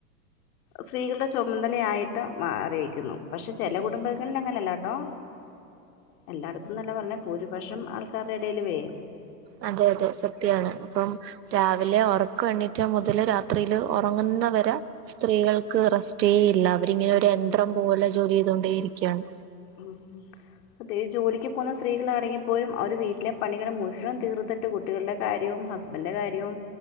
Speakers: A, on the left; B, on the right.
A: സ്ത്രീകളുടെ ചൊമതലയായിട്ട് മാറിയേക്കുന്നു പക്ഷെ ചെല കുടുംബങ്ങളിൽ അങ്ങനെയല്ലാട്ടോ. എല്ലാടത്തുന്നല്ലാ പറയണേ ഭൂരിപക്ഷം ആൾക്കാരുടെ എടയിലുവേ
B: അതെ അതെ സത്യാണ് അപ്പം രാവിലെ ഒറക്കം എണീറ്റ മുതല് രാത്രിയില് ഒറങ്ങുന്നവരെ സ്ത്രീകൾക്ക് റെസ്‌റ്റേ ഇല്ലാ. അവരിങ്ങനെ ഒരു യന്ത്രം പോലെ ജോലി ചെയ്തോണ്ടേയിരിക്കാണ്.
A: ഉം പ്രത്യേകിച്ച് ജോലിക്ക് പോന്ന സ്ത്രീകളാണെങ്കി പോലും അവര് വീട്ടിലെ പണി ഇങ്ങനെ മുഴുവൻ തീർത്തട്ട് കുട്ടികൾടെ കാര്യവും ഹസ് ബൻ്റെ കാര്യവും